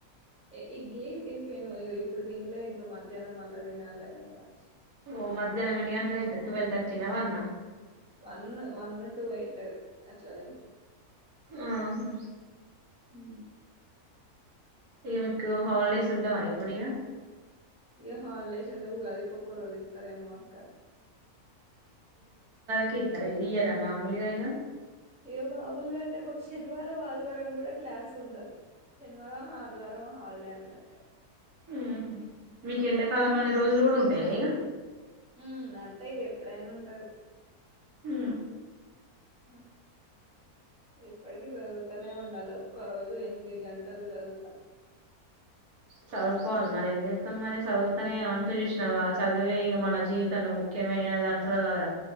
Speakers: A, in the centre; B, on the right.
A: ఇ ఇడ్లీ టిఫిన్ ఇద్ ఇప్పుడు తినిలే ఇంకా మధ్యానం మల్లా తినలీ ఆ లంచ్
B: ఓ మధ్యానం ఎన్ని గంటలకు తింటావ్ టూవెల్ థర్టీ నా వన్ ఆ
A: వన్ వన్ టూ అవుతుది అట్లా తింటా
B: ఆహా
A: ఉ
B: ఈ మీకు హాాలిడేస్ ఉండావా ఇప్పుడు ఇగ
A: ఏ హాలిడేస్ ఉండవు గాది ఒకక రోజే సరే మొక్క
B: కిత్ ర ఇయరా మామూలుగా ఇగ
A: ఇగ మాములుగా అంటే ఒక శనివారం ఆదివారం కూడా క్లాస్ ఉండదు శనివారం ఆదివారం హాలిడే అన్నట్టే
B: ఉహు మీకెండాకాలం అన్ని రోజులు కూడా ఉంటంది ఏయిగా
A: ఉ అంత అంతా ఇది ఎప్పుడైనా ఉంటది
B: ఆ
A: <unintelligible> ఇప్పటికి చదుగువుతనే ఉండాలి ఒక్క రోజు ఎనిమిది గంటలు చదువుతా
B: చదువుకోవాలి మరి ఏం చెప్ మత్తమ్ మరి చదువుతా చూసిన చదివే ఇక మన జీవితంలో ముఖ్యమైనద కదా